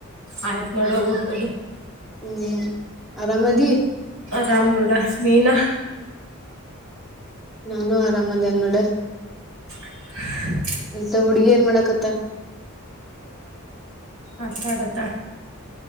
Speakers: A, on the right; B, in the centre.
A: ಆಯ್ತ್ ನೋಡ ಊಟದ
B: ಹ್ಮ್ ಆರಾಮದ
A: ರಾಮನೂಡ ನೀನಾ
B: ನಾನು ಆರಾಮದೇ ನೋಡ
A: <inaudible>
B: ಅಂತ ಹುಡ್ಗಿ ಏನ್ ಮಾಡಾಕತ್ತ
A: ಅತಡತ್ತಾ